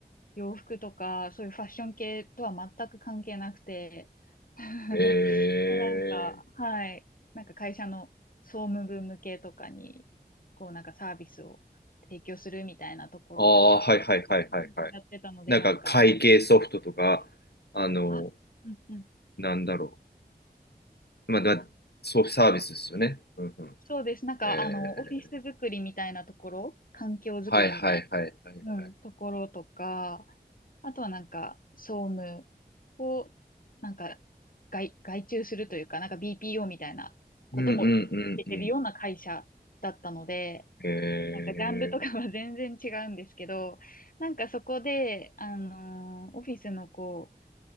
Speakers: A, on the left; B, on the left.
A: 洋服とか、そういうファッション系とは全く関係なくて、<laughs>
B: ええ
A: もうなんか、はい、なんか会社の総務部向けとかに、こうなんかサービスを提供するみたいなところとか
B: ああ、はいはいはいはいはい。
A: やってたので、
B: なんか会計ソフトとか、
A: なんか、
B: あの、
A: あ、うんうん、
B: なんだろう。まあ、だ、そう、サービスですよね。うんうん。
A: そうです。なんか、
B: え
A: あの、オフィス作りみたいなところ、
B: え
A: 環境作りみたい
B: はいはいはいはいはい。
A: うん、ところとか、あとはなんか、総務を、なんか、外、外注するというか、なんか BPO みたいなことも受けてるような会社だったので、
B: うんうんうんうん。ええ
A: なんかジャンルとかは <laughs> 全然違うんですけど、なんかそこで、あのーオフィスのこう、